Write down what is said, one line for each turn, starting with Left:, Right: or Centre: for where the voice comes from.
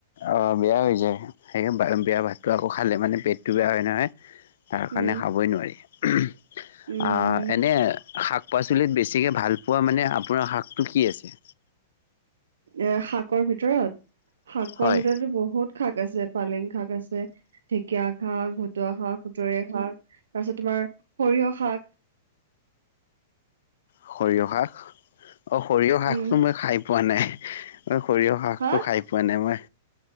Left: অ বেয়া হৈ যায় সে বেয়া ভাতটো আকৌ খালে মানে পেটটো বেয়া হয় নহয় তাৰ কাৰণে
Right: উম
Left: খাবই নোৱাৰি
Right: উম
Left: অহ এনে শাক শাক পাচলিত বেছিকৈ ভাল পোৱা মানে আপোনাৰ শাকটো কি আছে
Right: এ শাকৰ ভিতৰত শাকৰ
Left: হয়
Right: ভিতৰতো বহুত শাক আছে পালেং শাক আছে ঢেকীয়া শাক ভতুৱা শাক খুতৰে শাক তাৰপিছত তোমাৰ সৰিয়হ শাক
Left: সৰিয়হ শাক অ সৰিয়হ শাকতটো
Right: উম
Left: মই খাই পোৱা নাই সৰিয়হ হাকটো
Right: হা
Left: খাই পোৱা নাই মই